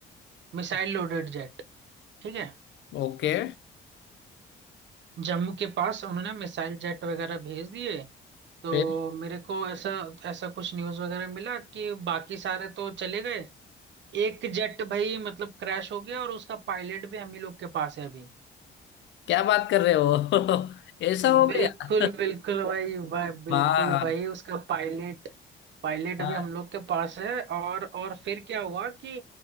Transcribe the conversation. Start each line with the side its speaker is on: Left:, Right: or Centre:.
Right: मिसाइल लोडेड जेट ठीक है
Left: ओके
Right: जम्मू के पास उन्होंने मिसाइल जेट वगैरह भेज दिए तो
Left: फिर
Right: मेरे को ऐसा ऐसा कुछ न्यूज़ वगैरह मिला कि बाकी सारे तो चले गए एक जेट भाई मतलब क्रैश हो गया और उसका पायलट भी हम ही लोग के पास है अभी
Left: क्या बात कर रहे हो <laughs> ऐसा हो
Right: बिल्कुल
Left: गया
Right: बिल्कुल भाई भाई बिल्कुल
Left: वाह
Right: भाई उसका पायलट पायलट
Left: वाह,
Right: अभी हम लोग के पास है और और फिर क्या हुआ कि